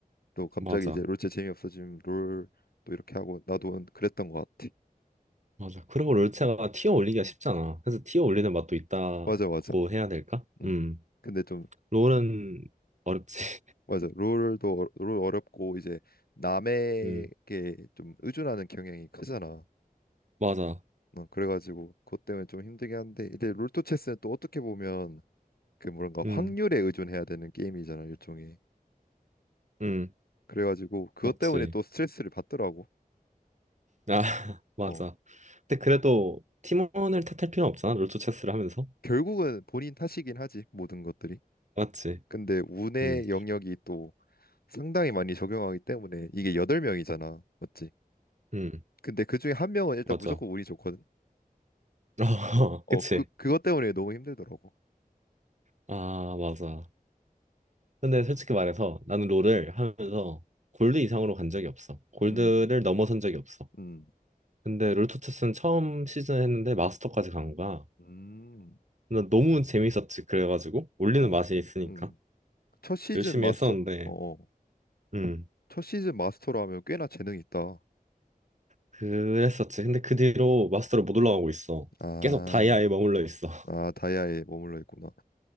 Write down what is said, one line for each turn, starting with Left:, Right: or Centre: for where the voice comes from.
Left: 또 갑자기
Right: 맞아.
Left: 이제 롤체 재미없어지면 롤 또 이렇게 하고 나도 그랬던 것 같아.
Right: 맞아. 그리고 롤체가 티어 올리기가 쉽잖아. 그래서 티어 올리는 맛도 있다고
Left: 맞아 맞아.
Right: 해야 될까?
Left: 음.
Right: 음,
Left: 근데 좀
Right: 롤은 어렵지. <laughs>
Left: 맞아. 롤도 어- 롤 어렵고 이제 남에게
Right: 음,
Left: 좀 의존하는 경향이 크잖아.
Right: 맞아.
Left: 어, 그래가지고 그것 때문에 좀 힘들긴 한데 근데 롤토 체스는 또 어떻게 보면 그 뭔가
Right: 음.
Left: 확률에 의존해야 되는 게임이잖아 일종의.
Right: 음.
Left: 그래가지고 그것
Right: 맞지.
Left: 때문에 또 스트레스를 받더라고.
Right: 아, <laughs> 맞아.
Left: 어.
Right: 근데 그래도 팀원을 탓할 필요는 없잖아. 롤토 체스를 하면서.
Left: 결국은 본인 탓이긴 하지 모든 것들이.
Right: 맞지.
Left: 근데 운의
Right: 음,
Left: 영역이 또 상당히 많이 적용하기 때문에 이게 여덟 명이잖아. 맞지?
Right: 음,
Left: 근데 그중에 한 명은 일단
Right: 맞아.
Left: 무조건 운이 좋거든.
Right: <laughs>
Left: 어,
Right: 그치.
Left: 그 그것 때문에 너무 힘들더라고.
Right: 아, 맞아. 근데 솔직히 말해서 나는 롤을 하면서 골드 이상으로 간 적이 없어. 골드를
Left: 음.
Right: 넘어선 적이 없어.
Left: 음.
Right: 근데 롤토 체스는 처음 시즌 했는데 마스터까지 간 거야.
Left: 음.
Right: 근데 너무 재밌었지. 그래가지고 올리는
Left: 어.
Right: 맛이 있으니까
Left: 음. 첫 시즌
Right: 열심히
Left: 마스터
Right: 했었는데.
Left: 어. 어.
Right: 음,
Left: 첫 시즌 마스터로 하면 꽤나 재능이 있다.
Right: 그랬었지. 근데 그 뒤로 마스터를 못 올라가고 있어.
Left: 아.
Right: 계속 다이아에 머물러 있어. <laughs>
Left: 아, 다이아에 머물러 있구나.